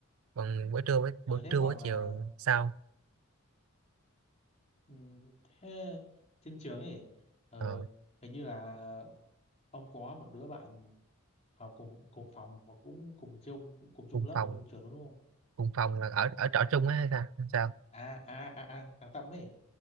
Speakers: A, on the right; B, on the left.
A: còn buổi trưa buổi,
B: ừ,
A: buổi
B: thế
A: trưa
B: còn
A: buổi chiều
B: ờ,
A: sau
B: ừm, thế trên trường ấy ờ,
A: ờ,
B: hình như là ông có một đứa bạn học cùng cùng phòng mà cũng cùng chung cùng chung
A: cùng
B: lớp
A: phòng
B: cùng chung trường đúng không
A: cùng phòng là ở ở trọ chung ấy hay sao sao
B: à à à à thằng Tâm ấy